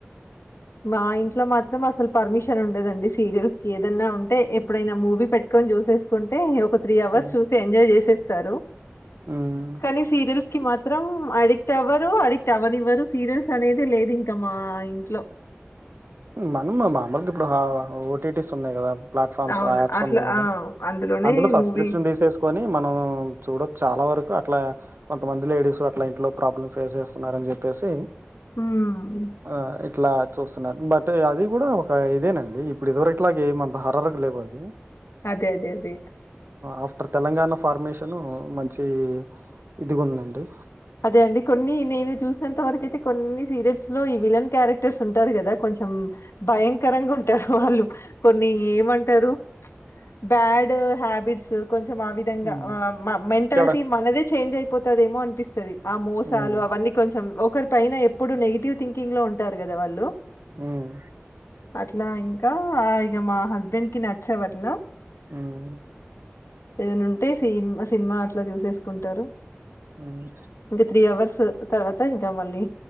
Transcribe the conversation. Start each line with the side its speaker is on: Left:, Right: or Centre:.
Left: మా ఇంట్లో మాత్రం అసలు పర్మిషన్ ఉండదండి సీరియల్స్ కి ఏదన్నా ఉంటే ఎప్పుడైనా మూవీ పెట్ కన్ చూసేకుంటే ఒక త్రీ అవర్స్
Right: హ్మ్.
Left: చూసి ఎంజాయ్ చేసేస్తారు
Right: హ్మ్.
Left: కానీ సీరియల్స్ కి మాత్రం అడిక్ట్ అవ్వరు అడిక్ట్ అవ్వనివ్వరు సీరియల్స్ అనేది లేదు ఇంకా మా ఇంట్లో
Right: మనం మ మామూలుగా ఇప్పుడు హ ఓటీటీస్ ఉన్నాయి గదా ప్లాట్ఫామ్స్
Left: అవును.
Right: యాప్స్
Left: అట్లా
Right: ఉన్నాయి గదా
Left: ఆ! అందులోనే
Right: అందులో సబ్స్క్రిప్షన్
Left: మూవీ
Right: తీసేసుకొని మనం చూడచ్ చాలా వరక్ అట్లా కొంతమంది లేడీసు అట్లా ఇంట్లో ప్రాబ్లమ్ ఫేస్ చేస్తున్నరు అని చెప్పేసి
Left: హ్మ్.
Right: ఆ ఇట్లా చూస్తున్నారు బట్ బట్ అది కూడా ఒక ఇదేనండి ఇప్పుడు ఇదివరట్ల గ ఏమంత హారర్ గ లేవు అవి
Left: అదే అదే అదే
Right: ఆఫ్టర్ తెలంగాణ ఫార్మేషను మంచి ఇదిగు ఉందండి
Left: పదే అండి కొన్ని నేను చూసినంత వరకుయితే కొన్ని సీరియల్స్ లో ఈ విలన్ క్యారెక్టర్స్ ఉంటారు గదా కొంచ్ చెం భయంకరంగా ఉంటారు వాళ్ళు కొన్ని ఏమంట్ రు బ్యాడ్ హబిట్స్ కొంచం ఆ విధంగా
Right: హ్మ్.
Left: ఆ మ మెంటాలిటీ
Right: చెడ
Left: మనదే చేంజ్ అయిపోతదేమో అనిపిస్తాది ఆ మోసాలు
Right: హ్మ్.
Left: అవన్నీ కొంచెం ఒకరి పైన ఎప్పుడు నెగిటివ్ థింకింగ్ లో ఉంటారు గదా వాళ్ళు
Right: ఉమ్మ్
Left: అట్లా ఇంకా ఇగ మా హస్బెండ్ కి నచ్చావ్ అట్లా
Right: ఉమ్మ్
Left: ఏద్న ఉంటే సినిమా సినిమా అట్లా చూసేసుకుంటరు
Right: మ్మ్
Left: ఇంకా త్రీ అవర్స్ తర్వాత ఇంకా మళ్ళీ